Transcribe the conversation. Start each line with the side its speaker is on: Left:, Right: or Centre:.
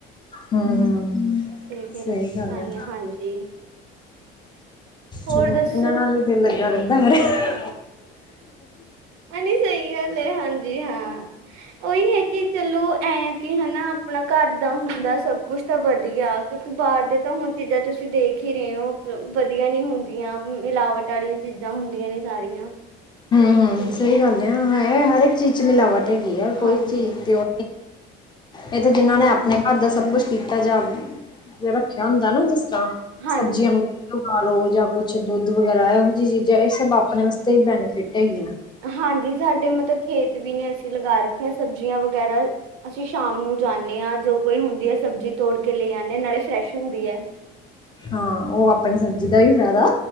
Left: ਹੂੰ
Right: ਤੇ ਫਿਰ
Left: ਸਹੀ ਗੱਲ
Right: ਤਾਈਆਂ,
Left: ਹੈ
Right: ਹਾਂਜੀ! ਹੋਰ
Left: ਚਲੋ
Right: ਦੱਸੋ
Left: ਇਹਨਾਂ ਨਾਲ ਹੀ ਦਿਲ ਲੱਗਾ ਰਹਿੰਦਾ ਮੇਰਾ।
Right: ਭੈਣ ਜੀ ਸਹੀ ਗੱਲ ਹੈ, ਹਾਂਜੀ! ਹਾਂ! ਉਹੀ ਹੈ ਕਿ ਚਲੋ ਐਂ ਕਿ ਹਨਾ ਆਪਣਾ ਘਰ ਦਾ ਹੁੰਦਾ ਸਭ ਕੁਛ ਤਾਂ ਵਧੀਆ! ਬਾਹਰ ਦੇ ਤਾਂ ਹੁਣ ਚੀਜ਼ਾਂ ਤੁਸੀਂ ਦੇਖ ਹੀ ਰਹੇ ਹੋ ਵਧੀਆ ਨਹੀਂ ਹੁੰਦੀਆਂ ਮਿਲਾਵਟ ਵਾਲੀ ਚੀਜ਼ਾਂ ਹੁੰਦੀਆਂ ਨੇ ਸਾਰੀਆਂ!
Left: ਹੂੰ- ਹੂੰ! ਸਹੀ ਗੱਲ ਆ ਹੈ, ਹਰ ਇੱਕ ਚੀਜ਼ ਚ ਮਿਲਾਵਟ ਹੈਗੀ ਆ, ਕੋਈ
Right: ਹਾਂਜੀ
Left: ਚੀਜ਼ ਪਿਓ ਇਹ ਤੇ ਜਿਨਾਂ ਨੇ ਆਪਣੇ ਹੱਥ ਦਾ ਸਭ ਕੁਛ ਕੀਤਾ ਜਾ, ਜੇ ਰੱਖਿਆ ਹੁੰਦਾ ਨਾ ਜਿਸ ਤਰ੍ਹਾਂ!
Right: ਹਾਂਜੀ
Left: ਸਬਜ਼ੀਆਂ ਵਗੈਰਾ ਉਗਾ ਲੋ ਜਾਂ ਕੁਛ ਦੁੱਧ ਵਗੈਰਾ ਇਹੋ ਜਿਹੀ ਚੀਜ਼ਾਂ ਇਹ ਸਭ ਆਪਣੇ ਵਾਸਤੇ ਹੀ ਬੈਨਿ ਫਿੱਟ ਹੈਗੀਆਂ।
Right: ਹਾਂਜੀ! ਸਾਡੇ ਮਤਲਬ ਖੇਤ ਵੀ ਨੇ ਅਸੀਂ ਲਗਾ ਰੱਖੀਆਂ ਸਬਜ਼ੀਆਂ ਵਗੈਰਾ! ਅਸੀਂ ਸ਼ਾਮ ਨੂੰ ਜਾਂਦੇ ਹਾਂ ਜੋ ਕੋਈ ਹੁੰਦੀ ਹੈ ਸਬਜ਼ੀ ਤੋੜ ਕੇ ਲੈ ਆਦੇ ਆ ਨਾਲੇ ਫਰੈਸ਼ ਹੁੰਦੀ ਹੈ।
Left: ਹਾਂ! ਉਹ ਆਪਣੀ ਸਬਜ਼ੀ ਦਾ ਵੀ ਫਾਇਦਾ।